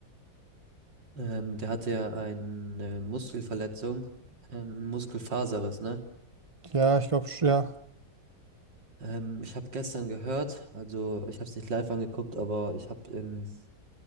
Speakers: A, on the right (about 70°); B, on the right (about 25°).
A: Ähm, der hatte ja eine Muskelverletzung, ähm, einen Muskelfaserriss, ne?
B: Ja, ich glaube, ja.
A: Ähm, ich habe gestern gehört, also ich habe es nicht live angeguckt, aber ich habe in,